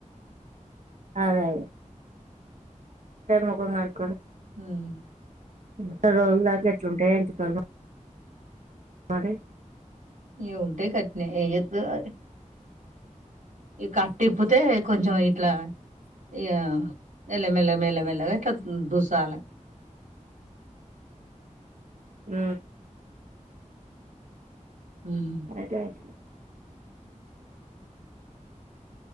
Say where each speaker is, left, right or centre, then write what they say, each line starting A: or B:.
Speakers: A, on the right; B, on the right.
A: అదే ముఖం కడుక్కొని
B: ఉమ్మ్
A: నెల రోజుల దాకా ఎట్లుంటాయి ఎంటికలు మరి
B: ఇగ ఉంటయ్ గట్నే ఎంజెత్తది మరి ఈ కట్టిప్పుతే కొంచెం
A: మ్మ్
B: ఇట్లా ఇగ మెల్ల మెల్ల మేల్ల మెల్లగా ఇట్లా దుస్సలే
A: ఉ
B: ఉమ్మ్
A: అయివయేతియ్